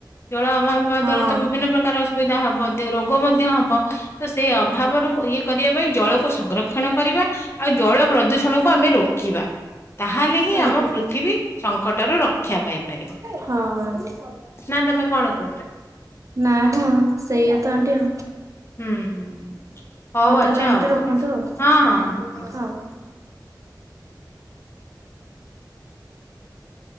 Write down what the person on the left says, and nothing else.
ଜଳ ଅଭାବ
ହବା ଦ୍ଵାରା ତ ବିଭିନ୍ନ ପ୍ରକାର ସୁବିଧା ହବ ରୋଗ ମଧ୍ୟ ହବ ତ ସେ ଅଭାବରୁ ଇଏ କରିବା ପାଇଁ ଜଳକୁ ସଂରକ୍ଷ ରକ୍ଷଣ କରିବା ଆଉ ଜଳ ପ୍ରଦୂଷଣକୁ ଆମେ ରୋକିବା। ତାହେଲେ ହିଁ
ଆମ ପୃଥିବୀ ସଙ୍କଟରୁ ରକ୍ଷା ପାଇପାରିବ।
ନା ତମେ କଣ କହୁଛ?
ହୁଁ ହୁଁ ହ ହଉ ଆଚଛା
ହଉ
ହଁ ହଁ
ହଁ ହଁ